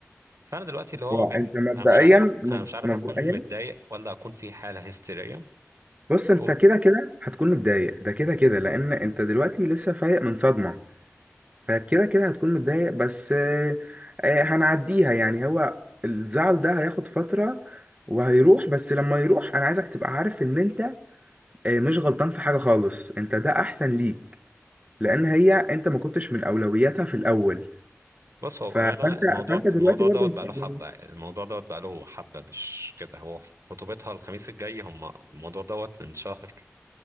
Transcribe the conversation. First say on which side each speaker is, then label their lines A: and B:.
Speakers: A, on the right; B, on the right.
A: فأنا دلوقتي اللي هو
B: وانت
A: ما بين
B: مبدئيا
A: أنا مش عارف
B: مب-
A: أنا مش عارف
B: مبدئيا
A: أكون متضايق ولا أكون في حالة هستيرية
B: بص انت
A: وغ-
B: كده كده هتكون متضايق ده كده كده لان انت دلوقتي لسه فايق من صدمه فكده كده هتكون متضايق بس آه، آه، هنعديها يعني هو الزعل ده هياخد فترة وهيروح بس لما يروح انا عايزك تبقى عارف ان انت آه، مش غلطان في حاجة خالص انت ده احسن ليك لان هي انت ما كنتش من اولوياتها في الاول
A: بص هو
B: ف-
A: بأمانة
B: فانت
A: الموضوع
B: فانت دلوقتي
A: الموضوع
B: برضو
A: دوت
B: مش
A: بقى
B: مقلقان.
A: له حبة الموضوع دوت بقى له حبة مش كده هو في خطوبتها الخميس الجاي هم الموضوع دوت من شهر